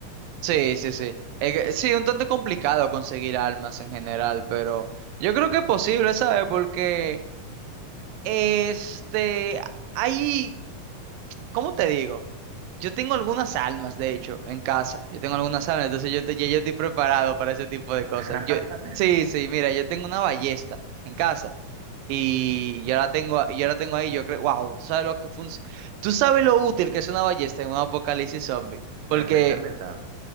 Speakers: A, on the right (about 90°); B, on the right (about 70°).
A: sí, sí, sí. Es que- sí, un tanto complicado conseguir armas en general, pero yo creo que es posible, ¿sabes? Porque este, hay ¿Cómo te digo? Yo tengo algunas almas, de hecho, en casa. Yo tengo algunas almas, entonces yo, te- ya yo estoy preparado para ese tipo de cosas.
B: <laughs>
A: Yo, sí, sí, mira, yo tengo una ballesta en casa y yo la tengo, a- yo la tengo ahí. Yo creo, wow, tú sabes lo que func- tú sabes lo útil que es una ballesta en un apocalipsis zombie, porque
B: En verdad, en verdad.